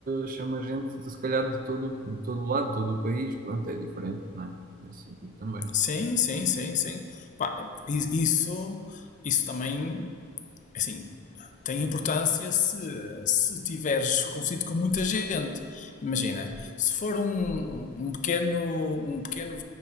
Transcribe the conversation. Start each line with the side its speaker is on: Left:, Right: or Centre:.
Right: chama gente, de, se calhar, de todo, de todo o lado, de todo o país, pronto, é diferente, não é? Nesse sentido também.
Left: Sim, sim, sim, sim. Pá, i- isso, isso também, assim, tem importância se, se tiveres consigo com muita gente. Imagina, se for um, um pequeno, um pequeno,